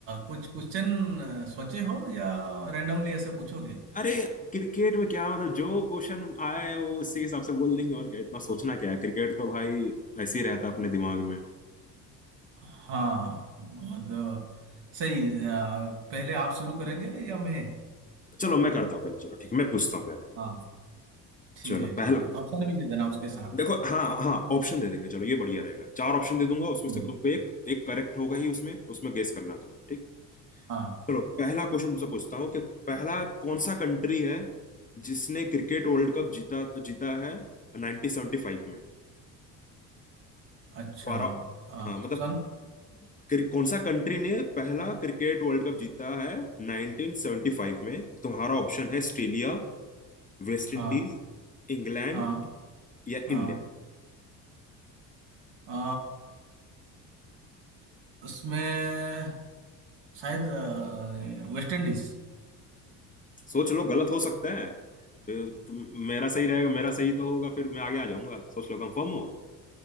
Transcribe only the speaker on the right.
कुछ क्वेश्चन सोचे हो या रैंडमली ऐसे पूछोगे
हाँ बहुत अ, सही अ, पहले आप शुरू करेंगे या मैं
हाँ ठीक
है ठीक
है ऑप्शन भी दे देना उसके साथ
हम्म,
हाँ
अच्छा
अ,
ऑप्शन
हाँ
हाँ
हाँ
अ, उसमें शायद अ, वेस्ट इंडीज